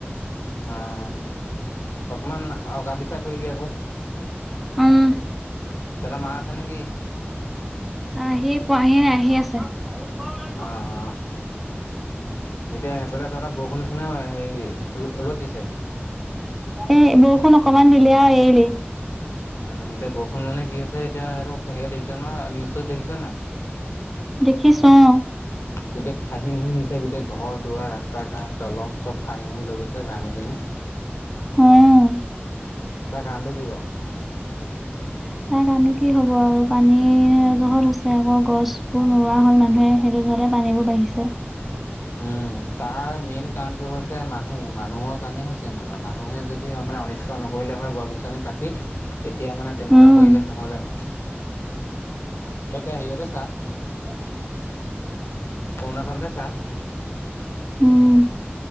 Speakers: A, on the left (about 85°); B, in the centre.
A: অ', অকমান অকা পিচা কৰিবি আকৌ।
B: উম
A: দাদা মা আছে নেকি?
B: আহি পোৱাহি নাই, আহি আছে। <unintelligible>
A: অ', অ'। এতিয়া সেইফালে তহতৰ বৰষুণ দিছি নে হেৰি ৰ'দ দিছে?
B: এ বৰষুণ অকমান দিলে আৰু এৰিলে।
A: উম, এতিয়া বৰষুণ মানে কি হৈছে এতিয়া হেৰি দেখিছা নহয়, নিউচজ দেখিছ নাই।
B: দেখিছো, অ'।
A: গোটেই ঠাহিমহি নিচেই, গোটেই ঘৰ দুৱাৰ ৰাস্তা ঘাট দলং। চব ঠাঁহি মহি লৈ গৈছে, ভাঙি চিঙি।
B: উম।
A: তাৰ কাৰনটো কি বাৰু?
B: <inaudible> তাৰ কাৰনো কি হ'ব আৰু, পানী জহত হৈছে আকৌ গছবোৰ নোৰোৱা হল মানুহে সেইটো জহতে পানীবোৰ বাঢ়িছে।
A: উম, তাৰ মেইন কাৰণটো হৈছে মানুহ-মানুহৰ কাৰণে হৈছে এনেকুৱা, মানুহে যদি মানে অনিষ্ট নকৰিলে হয় গছ-গছনি কাটি। তেতিয়া মানে তেনেকুৱা
B: উম
A: পৰিৱেশ নহ'লে হয়। তই এতিয়া হেৰিয়তে চা,
B: য <unintelligible>
A: অৰুণাচলতে চা।
B: উম,